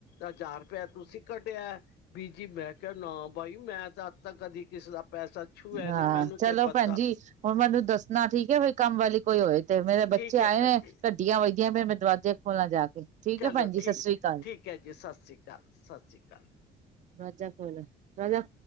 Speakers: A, on the left (about 80°); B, on the right (about 45°).
A: ਹਜ਼ਾਰ ਰੁਪਇਆ ਤੁਸੀਂ ਕੱਢਿਆ ਵੀ, ਜੀ ਮੈਂ ਕਿਹਾ ਨਾ ਬਾਈ ਮੈਂ ਤਾਂ, ਤੱਕ ਕਦੀ ਕਿਸੇ ਦਾ ਪੈਸਾ ਛੂਆ
B: ਹਾਂ,
A: ਨੀ ਮੈਨੂੰ
B: ਚਲੋ
A: ਕੀ ਪਤਾ
B: ਭੈਣਜੀ ਹੁਣ ਮੈਨੂੰ ਦੱਸਣਾ ਠੀਕ ਹੈ ਜੇ ਕੰਮਵਾਲੀ ਕੋਈ ਹੋਵੇ। ਤੇ ਮੇਰੇ
A: ਠੀਕ
B: ਬੱਚੇ
A: ਹੈ
B: ਆਏ
A: ਭੈਣ
B: ਨੇ
A: ਜੀ
B: ਘੱਡੀਆਂ ਵਜਦੀਆਂ ਫੇਰ ਮੈਂ ਦਰਵਾਜ਼ੇ, ਖੋਲਾਂ ਜਾ ਕੇ ਠੀਕ
A: ਚਲੋ
B: ਐ ਭੈਣ ਜੀ
A: ਠੀਕ
B: ਸਤਿ ਸ੍ਰੀ ਅਕਾਲ
A: ਠੀਕ ਹੈ ਜੀ ਸਤਿ ਸ਼੍ਰੀ ਅਕਾਲ ਸਤਿ ਸ਼੍ਰੀ ਅਕਾਲ,
B: ਦਰਵਾਜਾ ਖੋਲ ਆਜਾ,